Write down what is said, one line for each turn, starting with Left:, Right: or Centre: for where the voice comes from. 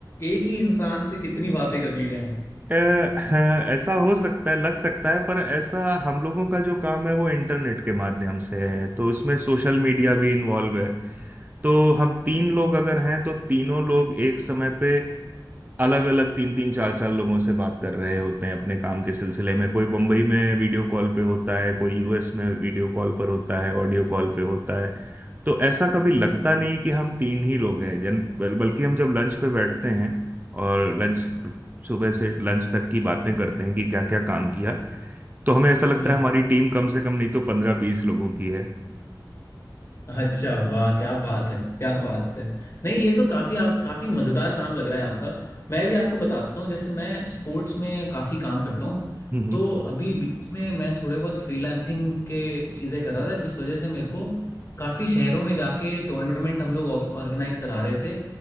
Left: एक ही इंसान से कितनी बातें कर ली जाएं
Right: अ, <laughs> हाँ, ऐसा हो सकता है लग सकता है पर ऐसा हम लोगों का जो काम है वो इंटरनेट के माध्यम से है तो उसमें सोशल मीडिया भी इन्वॉल्व है तो हम तीन लोग अगर हैं तो तीनों लोग एक समय पे अलग अलग तीन तीन चार चार लोगों से बात कर रहे होते हैं अपने काम के सिलसिले में कोई बम्बई में वीडियो कॉल पे होता है कोई यूएस में वीडियो कॉल पर होता है ऑडियो कॉल पे होता है तो ऐसा कभी लगता नहीं कि हम तीन ही लोग हैं जन बल, बल्कि हम जब लंच पे बैठते हैं और लंच सुबह से लंच तक की बातें करते हैं कि क्या क्या काम किया तो हमें ऐसा लगता
Left: जी
Right: है हमारी टीम कम से कम नहीं तो पंद्रह बीस लोगों की है
Left: अच्छा वाह क्या बात है क्या बात है नहीं ये तो काफ़ी आप काफ़ी मज़ेदार काम लग रहा है आपका मैं भी आपको बताता हूँ जैसे मैं स्पोर्ट्स में काफ़ी काम करता हूँ
Right: हम्म
Left: तो अभी बीच में मैं थोड़े बहुत फ्रीलांसिंग के चीज़ें कर रहा था जिस वजह से मेरे को काफ़ी शहरों में जाके टूर्नामेंट हम लोग ऑर्गेनाइज करा रहे थे